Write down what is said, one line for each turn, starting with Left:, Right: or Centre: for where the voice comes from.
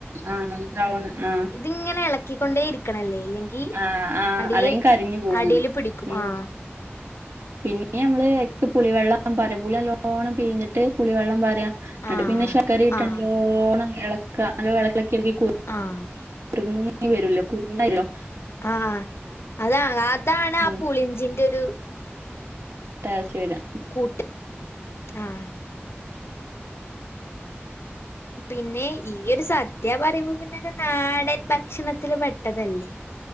Right: ആഹ് ബ്രൗണ് ആഹ്
Left: ഇത്ങ്ങനെ എളക്കിക്കൊണ്ടേരിക്കണം ലെ ല്ലെങ്കി ഈ
Right: ആ ആ
Left: അടില്
Right: അല്ലെങ്കിൽ കരിഞ്ഞു പോവൂലോ
Left: അടീല് പിടിക്കും
Right: ഉം
Left: ആഹ്
Right: പിന്നെ ഞമ്മള് അയ്ക്ക് പുളിവെള്ളം പാരും പുളി നല്ലോണം പീഞ്ഞിട്ട് പുളി വെള്ളം പാര ന്ന്ട്ട്
Left: ആഹ്
Right: പിന്നെ ശക്കരട്ടല്ലോണം
Left: ആഹ്
Right: എളക്ക നല്ലോ എള‌ക്കി എളക്കി കു
Left: ആഹ്
Right: കുറുകി വെരോല്ലോ കുറുകല്ലോ
Left: ആഹ് അതാണ് അതാണ് ആ
Right: ഉം
Left: പുളിഞ്ചിന്റെ ഒരു
Right: ടേസ്റ്റ് വരാ
Left: കൂട്ട് ആഹ് പിന്നെ ഈ ഒരു സദ്യ പറയുമ്പോ പിന്നെ ഒരു നാടൻ ഭക്ഷണത്തില് പെട്ടതല്ലേ.